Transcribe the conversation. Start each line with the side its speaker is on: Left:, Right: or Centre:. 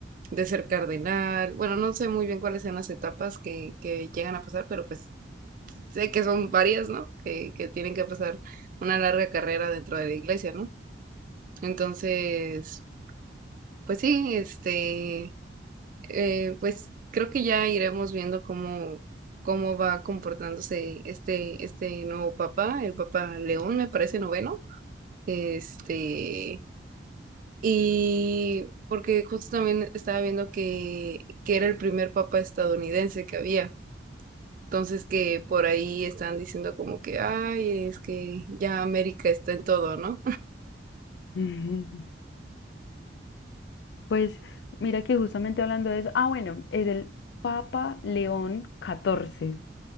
Right: de ser cardenal. Bueno, no sé muy bien cuáles sean las etapas que, que llegan a pasar, pero pues sé que son varias, ¿no? Que, que tienen que pasar una larga carrera dentro de la iglesia, ¿no? Entonces, pues sí, este, eh, pues creo que ya iremos viendo cómo, cómo va comportándose este, este nuevo papa, el papa León, me parece noveno. Este, y porque justo también estaba viendo que, que era el primer papa estadounidense que había. Entonces que por ahí están diciendo como que, ay, es que ya América está en todo, ¿no?
Left: <laughs> Ujú. Pues mira que justamente hablando de eso, ah, bueno, es el Papa León catorce